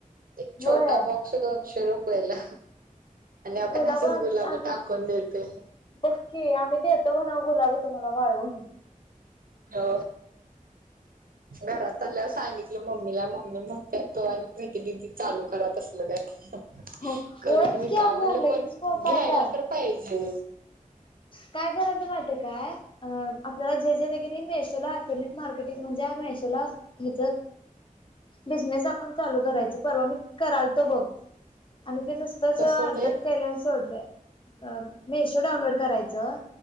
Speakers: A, on the right (about 85°); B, on the left (about 35°).
A: एक छोटा
B: होय
A: बॉक्स दोनशे रुपयेला. आणि आपण
B: गुलाब
A: असंच
B: आमची आम्ही
A: टाकून देतोय.
B: बघ की आम्ही देतो म्हणाव गुलाब तुम्हाला वाळ हो हो
A: हो घरात ल्या सांगितलं मम्मीला मम्मी म्हणताेत तो आणि प्रीती दिदी चालू करां तसलं काय
B: हो
A: करून
B: होयच
A: विका
B: की अगं
A: म्हणलं
B: लई
A: कोण
B: स्कोप
A: घ्यायला
B: आहे त्यात
A: तर पाहिजे.
B: काय करायचं माहितेय काय? अ आपल्याला जे जे ते किनी मेशोला अफिलट मार्केटिंग म्हणजे मेशोला हेच बिझनेस अकाउंट चालू करायच परवा मी कराल तो बघ आणि ते नुसतंच
A: कसं
B: अर्ध्यात
A: ते
B: केलंय आणि सोडलंय मेशो डाउनलोड करायचं